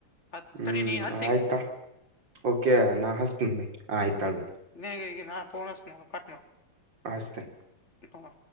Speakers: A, on the left (about 35°); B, on the right (about 70°).
A: ಹತ್
B: ಹ್ಮ್
A: ತಡೆ ನೀ ಹತ್ ಸಿಗ
B: ಆಯ್ತಾ ಓಕೆ ನಾ ಹಸ್ತ ಭೈ ಆ ಆಯ್ತಾಳ್ ಭ
A: ನಿನಗೆ ಈಗ ನಾ ಫೋನ್ಸ್ ನ ಕಟ್ ಮಟ್ಟ
B: ಆಸತೀನಿ
A: ಏಕೊವ್